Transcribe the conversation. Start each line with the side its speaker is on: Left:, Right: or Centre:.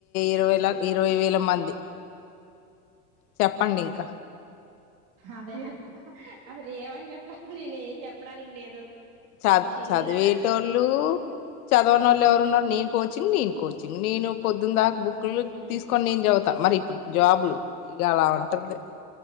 Left: ఇరవై ల ఇరవై వేల మంది చెప్పండి ఇంక
Right: అదే కదా అసలు ఏమని చెప్పాలి నేనేం చెప్పడానికి లేదు అసలు
Left: చ ద్
Right: చిన్న
Left: చదివేటోళ్ళు చదవనోళ్ళు ఎవరున్నారు నేన్ కోచింగ్ నేన్ కోచింగ్ నేను పొద్దున్ దాక్ బుక్కులు
Right: ఉమ్
Left: తీసుకొన్ నేన చదువుతా మరి ఇప్పుడు జాబ్లు ఇక అలా ఉంటుంది